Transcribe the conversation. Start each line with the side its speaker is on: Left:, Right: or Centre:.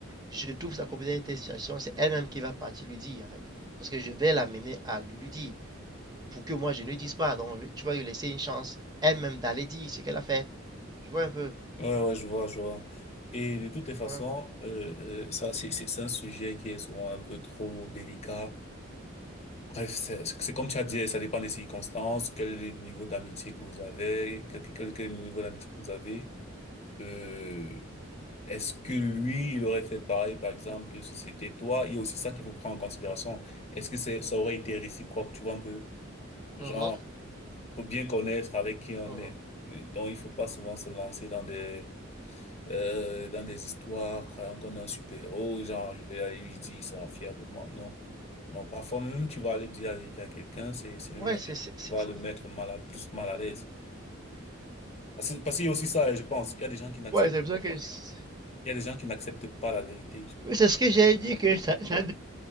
Right: je trouve sa copine dans une telle situation, c'est elle-même qui va partir lui dire en fait. Parce que je vais l'amener à lui dire pour que moi je ne dise pas. Donc je vais- tu vas lui laisser une chance elle-même d'aller dire ce qu'elle a fait. Tu vois un peu.
Left: Ouais, ouais, je vois, je vois. Et de toutes les façons,
Right: Ouais.
Left: euh, euh, ça, c'est, c'est c'est un sujet qui est souvent un peu trop délicat. Bref, c'est c'est comme tu as dit, ça dépend des circonstances, quel est le niveau d'amitié que vous avez, quel, quel, quel est le niveau d'amitié que vous avez. Euh, est-ce que lui, il aurait fait pareil, par exemple, si c'était toi? Il y a aussi ça qu'il faut prendre en considération. Est-ce que c'est, ça aurait été réciproque, tu vois un peu? Genre,
Right: Mhm,
Left: faut bien connaître avec qui on
Right: mhm.
Left: est. Donc, il faut pas souvent se lancer dans des euh, dans des histoires, croyant qu'on est un super-héros, genre, je vais aller lui dire, il sera fier de moi. Non. Non, parfois même, tu vas aller dire la vérité à quelqu'un, c'est, c'est
Right: Ouais,
Left: même la
Right: c'est
Left: vérité
Right: c'est-
Left: qui
Right: c'est-
Left: va
Right: c'est-
Left: le mettre mal à- plus mal à l'aise. Parce, que- parce qu'il y a aussi ça, je pense. Il y a des gens qui n'acceptent,
Right: ouais, c'est pour ça que c'est-
Left: il y a des gens qui n'acceptent pas la vérité. du-
Right: oui, c'est ce que j'ai dit que ça, ça,